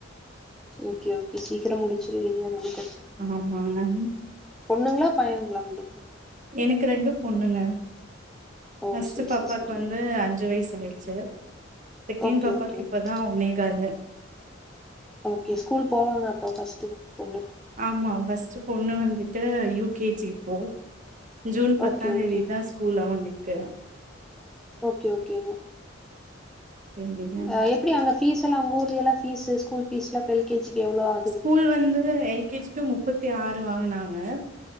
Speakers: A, in the centre; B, on the right.
A: ஓகே ஓகே சீக்கிர முடிச்சுருவீங்க நமக்கு
B: ஆமாங்க
A: பொண்ணுங்ளா பையனுங்ளா உங்களுக்கு
B: எனக்கு ரெண்டும் பொண்ணுங்க,
A: ஓ
B: ஃபர்ஸ்ட்டு
A: சேரி
B: பாப்பாவுக்கு
A: சேரி சேரிங்க
B: வந்து அஞ்சு வயசாயிருச்சு செக்கேன்ட்
A: ஓகே
B: பாப்பாக்கு
A: ஓகே
B: இப்பதா
A: ஓகே
B: ஒன்னேகாலு
A: ஓகே ஸ்கூல் போவாங்க அப்ப ஃபர்ஸ்ட் பொண்ணு
B: ஆமா ஃபஸ்ட்டு பொண்ணு வந்துட்டு யூ கே ஜி இப்போ ஜூன் பத்தா
A: ஓகே,
B: தேதிதா
A: ஓகேங்க.
B: ஸ்கூல் அவுங்களுக்கு
A: ஓகே ஓகேங்க
B: எங்கங்க
A: அ எப்படி அங்க ஃபீஸ் எல்லா ஊர்ல எல்லா ஃபீஸ் ஸ்கூல் ஃபீஸ்லா இப்ப எல் கே ஜி க்கு எவ்ளோ ஆ
B: ஸ்கூல் வந்து எல் கே ஜிக்கு மு முப்பத்தி ஆறு வாங்குனாங்க